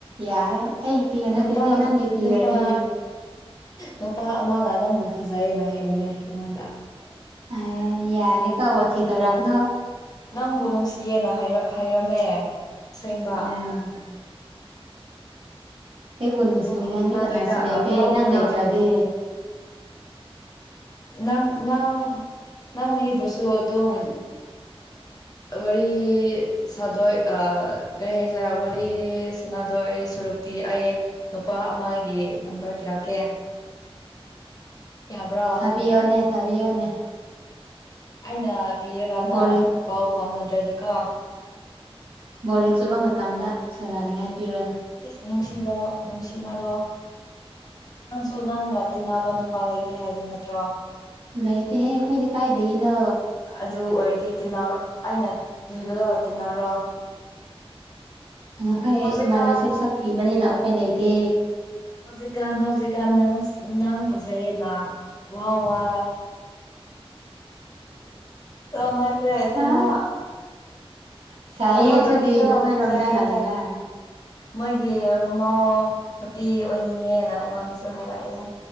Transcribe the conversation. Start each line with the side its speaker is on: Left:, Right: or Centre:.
Right: ꯌꯥꯔꯦ ꯑꯩꯒꯤ ꯐꯤꯒꯔ ꯅꯠꯇꯦꯅꯦ
Left: ꯅꯨꯄꯥ
Right: ꯅꯪꯒꯤ ꯐꯤꯒꯔꯅꯤ
Left: ꯅꯨꯄꯥ ꯅꯨꯄꯥ ꯑꯃꯅ ꯅꯪꯕꯨ ꯐꯖꯩꯌꯦꯅ ꯍꯥꯏꯔꯝꯃꯦ ꯑꯩꯉꯣꯟꯗ
Right: ꯑꯦ ꯌꯥꯔꯦ ꯀꯣ ꯋꯥꯊꯤ ꯇꯧꯔꯛꯀꯅꯣ
Left: ꯅꯪꯕꯨ ꯅꯨꯡꯁꯤꯌꯦꯅ ꯍꯥꯏꯔꯛ ꯍꯥꯏꯔꯝꯃꯦ ꯑꯁꯦꯡꯕ
Right: ꯀꯅꯥ ꯑꯩꯕꯨ ꯅꯨꯡꯁꯤꯅꯤꯡꯉꯥꯏ
Left: ꯄꯥꯎ ꯐꯥꯎꯅꯥꯗꯣꯏꯔꯥ
Right: ꯃꯤ ꯀꯅꯥꯁꯨ ꯂꯩꯇꯦ
Left: ꯄꯥꯎ
Right: ꯅꯪ
Left: ꯐꯥꯎꯅꯥ
Right: ꯂꯩꯇ꯭ꯔꯗꯤ
Left: ꯅꯪ ꯅꯪ ꯅꯪ ꯃꯤꯕꯨꯁꯨ ꯑꯗꯨ ꯑꯗꯨ ꯋꯥꯔꯤ ꯁꯥꯗꯣꯏ ꯑ ꯀꯔꯤ ꯍꯥꯏꯁꯦ ꯋꯥꯔꯤ ꯁꯥꯟꯅꯗꯣꯏ ꯁꯨꯔꯨꯛꯇꯤ ꯑꯩ ꯅꯨꯄꯥ ꯑꯃꯒꯤ ꯅꯝꯕꯔ ꯄꯤꯔꯛꯀꯦ ꯌꯥꯕ꯭ꯔꯣ
Right: ꯊꯥꯕꯤꯌꯣꯅꯦ ꯊꯥꯕꯤꯌꯣꯅꯦ
Left: ꯑꯩꯅ ꯄꯤꯔꯀꯥꯟꯗ
Right: ꯕꯣꯔꯤꯡ
Left: ꯄꯥꯎ ꯐꯥꯎꯅꯗ꯭ꯔꯗꯤꯀꯣ
Right: ꯕꯣꯔꯤꯡ ꯆꯨꯕ ꯃꯇꯝꯗ ꯁꯥꯟꯅꯅꯤꯡꯉꯥꯏ ꯄꯤꯔꯣꯅꯦ
Left: ꯏꯁꯁ ꯅꯨꯡꯁꯤꯅꯧ ꯅꯨꯡꯁꯤꯅꯔꯣ ꯅꯪꯁꯨ ꯅꯪꯒ ꯇꯤꯟꯅꯕ ꯅꯨꯄꯥ ꯂꯩꯇꯦ ꯍꯥꯏꯕ ꯅꯠꯇ꯭ꯔꯣ
Right: ꯂꯩꯇꯦꯍꯦ ꯑꯩꯈꯣꯏꯗꯤ ꯀꯥꯏꯗꯒꯤꯅ
Left: ꯑꯗꯨ ꯑꯣꯏꯔꯗꯤ ꯇꯤꯟꯅꯔꯣ ꯑꯩꯅ ꯄꯤꯕꯗꯣ ꯇꯤꯟꯅꯔꯣ
Right: ꯅꯈꯣꯏ
Left: ꯍꯧꯖꯤꯛꯀꯥꯟ
Right: ꯏꯃꯥꯟꯅꯕꯤꯁꯦ ꯁꯛ ꯊꯤꯕꯅꯦꯅ ꯑꯩꯈꯣꯏ ꯂꯩꯇꯦ
Left: ꯍꯧꯖꯤꯛꯀꯥꯟ ꯍꯧꯖꯤꯛꯀꯥꯟ ꯅ ꯅꯪ ꯐꯖꯩꯌꯦꯅ ꯋꯥ ꯋꯥ ꯑ ꯁꯦ ꯑꯁꯦꯡꯕ
Right: ꯑ ꯏꯀꯥꯏꯌꯦ
Left: ꯅꯃꯥꯟꯅꯕꯤꯔꯥ
Right: ꯑꯗꯨꯗꯤ ꯅꯈꯣꯏꯔꯣꯝꯗ
Left: ꯐꯖꯩꯌꯦ
Right: ꯂꯥꯛꯅꯤꯡꯉꯥꯏ
Left: ꯃꯣꯏꯒꯤ ꯃꯃꯧ ꯅꯨꯄꯤ ꯑꯣꯏꯅꯤꯡꯉꯦꯅ ꯑꯩꯉꯣꯟꯗꯁꯨ ꯍꯥꯏꯔꯛꯑꯦ